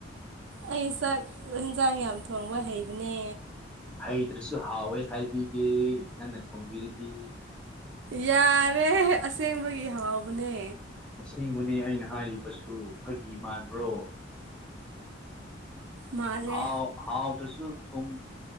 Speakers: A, on the right; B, in the centre.
A: ꯑꯩ ꯆꯥꯛ ꯍꯦꯟꯖꯡ ꯌꯥꯝ ꯊꯣꯡꯕ ꯍꯩꯕꯅꯦ
B: ꯍꯩꯇ꯭ꯔꯁꯨ ꯍꯥꯎꯋꯦ ꯍꯥꯏꯕꯤꯒꯦ ꯅꯪꯅ ꯊꯣꯡꯕꯤꯔꯗꯤ
A: ꯌꯥꯔꯦ ꯑꯁꯦꯡꯕꯒꯤ ꯍꯥꯎꯕꯅꯦ
B: ꯑꯁꯦꯡꯕꯅꯦ ꯑꯩꯅ ꯍꯥꯏꯔꯤꯕꯁꯨ ꯐꯥꯒꯤ ꯃꯥꯟꯕ꯭ꯔꯣ
A: ꯃꯥꯜꯂꯦ
B: ꯍꯥꯎ ꯍꯥꯎꯇ꯭ꯔꯁꯨ ꯊꯨꯝ